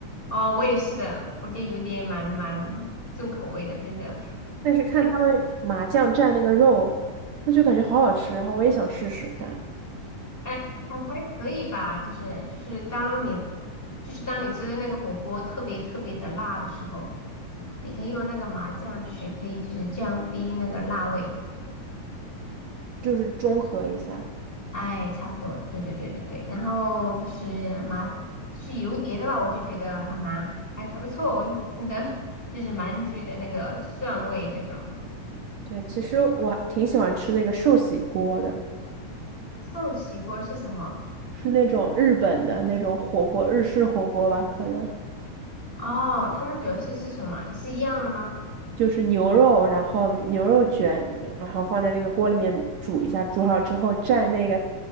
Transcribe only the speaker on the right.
但是看他们麻酱蘸那个肉，说就感觉好好吃，然后我也想试试看，
就是中和一下。
对，其实我还挺喜欢吃那个寿喜锅的，
是那种日本的那种火锅，日式火锅吧，可能
就是牛肉，然后牛肉卷，然后放在那个锅里面煮一下，煮好之后蘸那个，